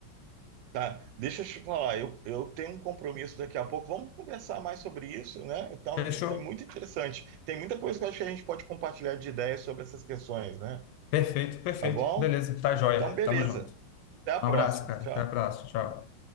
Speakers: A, on the right; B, on the left.
A: Tá, deixa eu te falar, eu, eu tenho um compromisso daqui a pouco. Vamos conversar mais sobre isso, né? Então,
B: Fechou?
A: é muito interessante. Tem muita coisa que eu acho que a gente pode compartilhar de ideias sobre essas questões, né?
B: Perfeito, perfeito.
A: Tá bom?
B: Beleza, tá joia.
A: Então, beleza.
B: Tamo junto.
A: Até a próxima.
B: Um abraço, cara.
A: Tchau.
B: Até a próxima. Tchau.